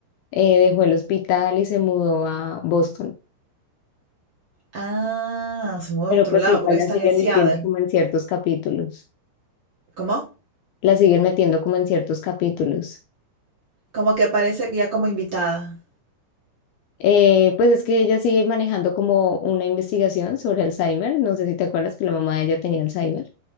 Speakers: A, on the left (about 80°); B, on the right (about 50°).
A: eh, dejó el hospital y se mudó a Boston.
B: Ah, se mudó
A: Pero
B: a otro
A: pues
B: lado,
A: igual
B: porque están
A: la siguen
B: en Seattle.
A: metiendo como en ciertos capítulos.
B: ¿Cómo?
A: La siguen metiendo como en ciertos capítulos.
B: Como que aparece ya como invitada.
A: Eh, pues es que ella sigue manejando como una investigación sobre Alzheimer. No sé si te acuerdas que la mamá de ella tenía Alzheimer.